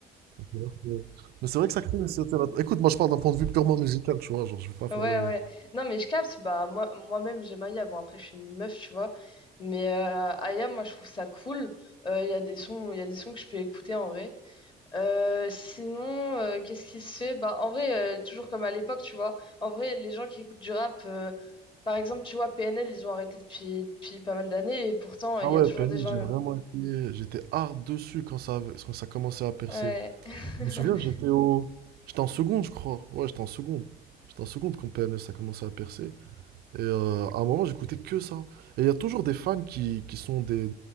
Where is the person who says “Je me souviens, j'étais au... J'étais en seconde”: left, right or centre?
Right